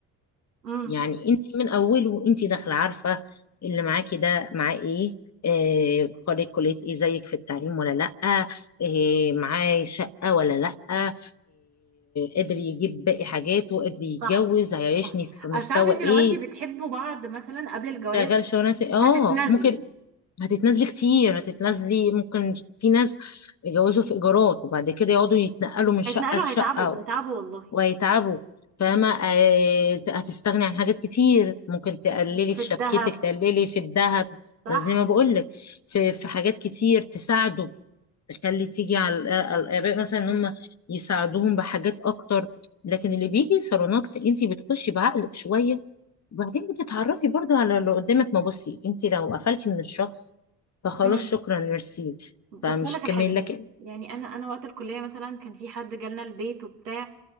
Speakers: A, on the right; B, on the left.
A: امم
B: يعني انت من اوله وانت داخله عارفه اللي معاكي ده معاه ايه آه، خريج كليه ايه زيك في التعليم ولا لا آه، معاه شقه ولا لا آه، قادر يجيب باقي حاجاته قادر يتجوز
A: صح
B: هيعيشني
A: صح
B: في مستوى
A: اصل عارفه انت لو
B: ايه
A: انت بتحبوا بعض مثلا قبل الجواز
B: شغال شغلانه إيه؟ اه
A: هتتنازلي
B: ممكن هتتنازلي كتير هتتنازلي ممكن في ناس يتجوزوا في ايجارات وبعد كده يقعدوا يتنقلوا من شقه
A: هيتنقلوا
B: لشقه
A: هيتعبوا هيتعبوا والله
B: وهيتعبوا فاهمة آه، هتستغني عن حاجات كتير ممكن تقللي
A: في
B: في
A: الذهب
B: شبكتك تقللي في الذهب
A: صح
B: زي ما بقولك في في حاجات كتير تساعده تخلي تيجي على الآ- الآباء مثلا إن هم يساعدوهم بحاجات أكتر لكن اللي بيجي صالونات فأنت بتخشي بعقلك شوية وبعدين بتتعرفي برضو على اللي قدامك ما بصي أنت لو قفلتي من الشخص فخلاص
A: امم
B: شكرا ميرسي
A: بس
B: فمش
A: اقول لك
B: هتكملي
A: الحاجه
B: لكن
A: يعني انا انا وقت الكليه مثلا كان في حد جالنا البيت وبتاع